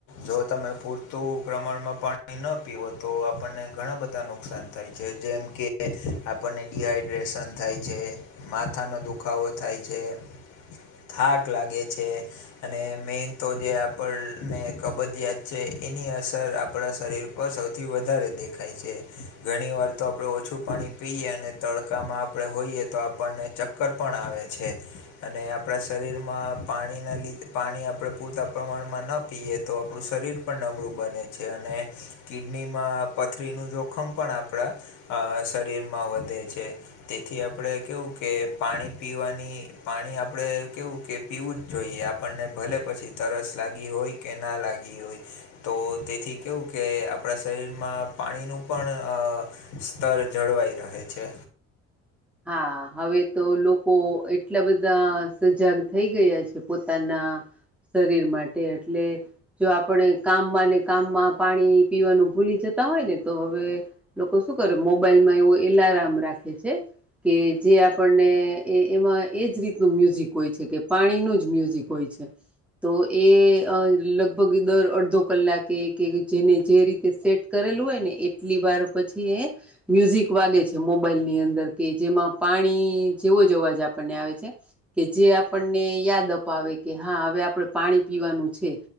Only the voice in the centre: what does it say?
હા, હવે તો લોકો એટલા બધા સજાગ થઈ ગયા છે. પો પોતાના શરીર માટે એટલે જો આપડે કામમાં ને કામમાં પાણી પીવાનું ભૂલી જતા હોય ને તો હવે લોકો શું કરે મોબાઈલમાં એવો એલાર્મ રાખે છે. કે જે આપણને એમાં એજ રીતનું મ્યુઝિક હોય છે. કે પાણીનું જ મ્યુઝિક હોય છે. તો એ લગભગ દર અડધો કલાકે કે જેને જે રીતે સેટ કરેલું હોય ને એટલી વાર પછી એ મ્યુઝિક વાગે છે. મોબાઈલ ની અંદર. કે જેમાં પાણી જેવો જ અવાજ આપણને આવે છે. કે જે આપણને યાદ અપાવે કે હા હવે આપડે પાણી પીવાનું છે.